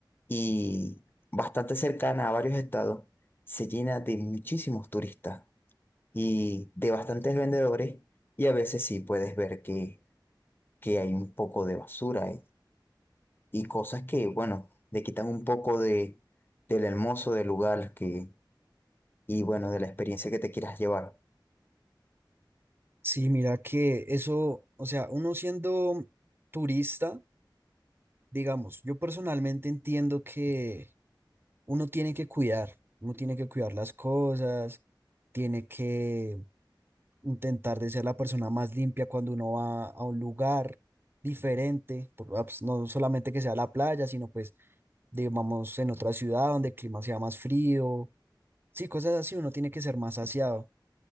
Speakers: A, on the left (about 25°); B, on the right (about 30°).
A: y bastante cercana a varios estados, se llena de muchísimos turistas y de bastantes vendedores. Y a veces sí puedes ver que, que hay un poco de basura y, y cosas que, bueno, le quitan un poco de, del hermoso del lugar que y bueno, de la experiencia que te quieras llevar.
B: Sí, mira que eso, o sea, uno siendo turista, digamos, yo personalmente entiendo que uno tiene que cuidar, uno tiene que cuidar las cosas, tiene que intentar de ser la persona más limpia cuando uno va a un lugar diferente, por- ah, pues, no solamente que sea la playa, sino pues, digamos, en otra ciudad donde el clima sea más frío, sí, cosas así, uno tiene que ser más aseado.